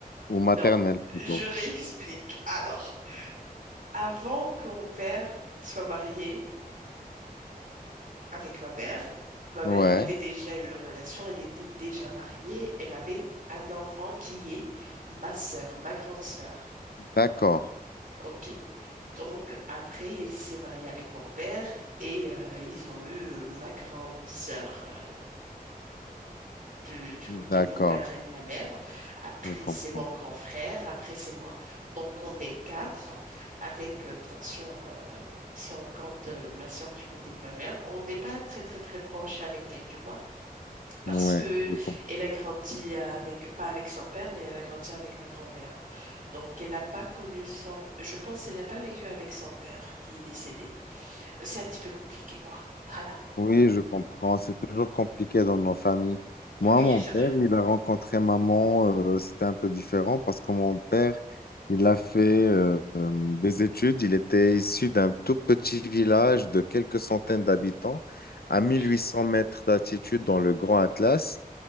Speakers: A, on the left (about 80°); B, on the right (about 60°).
A: ou maternel
B: Non,
A: plutôt.
B: je réexplique. Alors, avant que mon père soit marié avec ma mère, ma mère,
A: Ouais,
B: elle avait déjà une relation. Elle était déjà mariée. Elle avait un enfant qui est ma sœur, ma grande sœur.
A: d'accord,
B: Ok. Donc, après, il s'est marié avec mon père et euh, ils ont eu euh, ma grande sœur euh, de- du
A: d'accord,
B: côté de mon père et de ma mère. Après,
A: je comprends.
B: c'est mon grand frère. Après, c'est moi. Donc, on est quatre avec, euh, bien sûr, euh, si on compte euh, ma sœur du côté de ma mère, on n'est pas très, très, très proche avec elle, tu vois parce
A: Ouais,
B: que
A: je comprends.
B: elle a grandi avec, pas avec son père, mais elle a grandi avec ma grand-mère. Donc, elle n'a pas connu son, je pense, elle n'a pas vécu avec son père qui est décédé. C'est un petit peu compliqué, quoi. Voilà.
A: Oui, je comprends. C'est toujours compliqué dans nos familles. Moi,
B: Oui,
A: mon
B: c'est
A: père,
B: vrai.
A: il a rencontré maman, euh, c'était un peu différent parce que mon père, il a fait euh, euh, des études. Il était issu d'un tout petit village de quelques centaines d'habitants à 1800
B: Oui.
A: mètres d'altitude dans le Grand Atlas.